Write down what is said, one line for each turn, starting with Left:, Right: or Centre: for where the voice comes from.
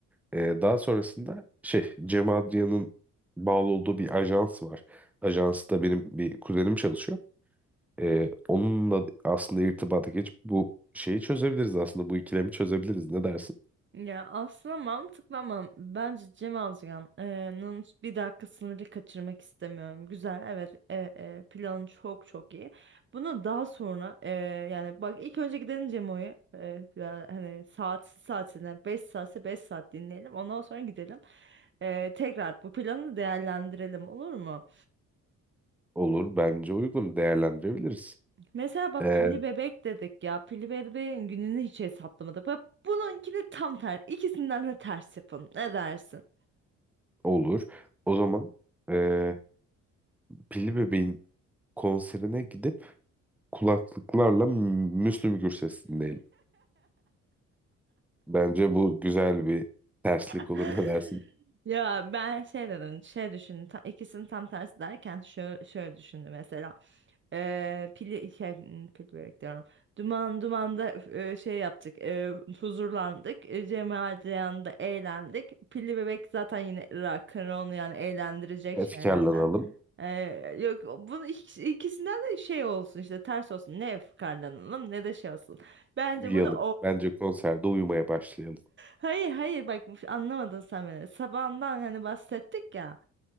Centre: E, daha sonrasında şey Cem Adrian'ın bağlı olduğu bir ajans var. Ajansta benim bir kuzenim çalışıyor. E, onunla aslında irtibata geçip bu şeyi çözebiliriz aslında. Bu ikilemi çözebiliriz. Ne dersin?
Right: Ya aslında mantıklı ama bence Cem Azcan'ın bir dakika sınırı kaçırmak istemiyorum. Güzel evet e, e, planı çok çok iyi. Bunu daha sonra e, yani bak ilk önce gidelim Cemo'yu e, ya hani saat saatine 5 saatse 5 saat dinleyelim. Ondan sonra gidelim. E, tekrar bu planı değerlendirelim olur mu?
Centre: Olur. Bence uygun. Değerlendirebiliriz.
Right: Mesela bak
Centre: Ee,
Right: pilli bebek dedik ya. Pilli bebeğin gününü hiç hesaplamadık. Bak, Bununkini tam ter ikisinden de ters yapın. Ne dersin?
Centre: olur. O zaman ee, Pilli Bebeğin konserine gidip kulaklıklarla Müslüm Gürses dinleyelim. Bence bu güzel bir terslik
Right: <laughs>
Centre: olur. Ne dersin?
Right: Ya ben şey dedim, şey düşündüm. ta- ikisinin tam tersi derken şöyle, şöyle düşündüm mesela. Ee, pili şey hmm, pil börek diyorum. Duman dumanda e, şey yaptık. e, huzurlandık. E, Cemal Ceyhan'da eğlendik. Pilli bebek zaten yine rock and roll yani eğlendirecek
Centre: Efkarlanalım.
Right: şeylerden. Ee, yok bunun ik- ikisinden de şey olsun işte ters olsun. Ne fıkarlanalım ne de şey olsun. Bence
Centre: Uyuyalım.
Right: burada
Centre: Bence konserde uyumaya başlayalım.
Right: Hayır hayır bak anlamadın sen beni. Sabahından hani bahsettik ya.